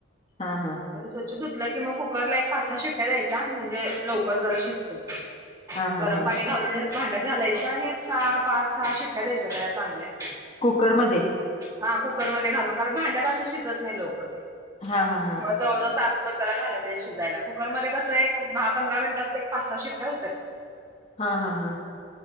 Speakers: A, on the left (about 30°); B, on the right (about 15°).
A: हा हा
B: मग ते स्वच्छ धुतलं की मग कुकरला एक पाच सहा शिट्ट्या द्यायच्या म्हणजे लवकर जरा शिजत
A: हा हा
B: गरम
A: हा
B: पाणी घालूनच भांड्यात घालायचं आणि एक सहा पाच सहा शिट्ट्या द्यायच्या त्याला चांगल्या
A: कुकरमध्ये
B: हा कुकरमध्ये घालून कारणभांड्यात असं शिजत नाही लवकर ते
A: हा हा हा
B: म जवळ तासभर त्याला घायला पाहिजे शिजायला कुकरमध्येध्ये कसं एक दहा पंधरा मिनिटात ते एक पाच सहा शिट्ट्या होतात
A: हा हा हा